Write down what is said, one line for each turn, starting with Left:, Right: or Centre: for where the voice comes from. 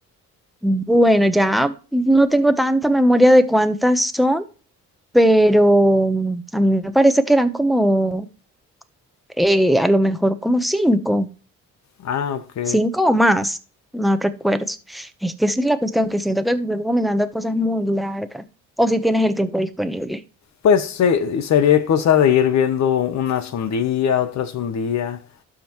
Centre: bueno, ya no tengo tanta memoria de cuántas son, pero mm, a mí me parece que eran como, eh, a lo mejor como cinco,
Left: Ah, ok.
Centre: cinco o más, no recuerdo. Es que esa es la cuestión, que siento que te estoy recomendando cosas muy largas, o si tienes el tiempo disponible.
Left: Pues se- sería cosa de ir viendo unas un día, otras un día.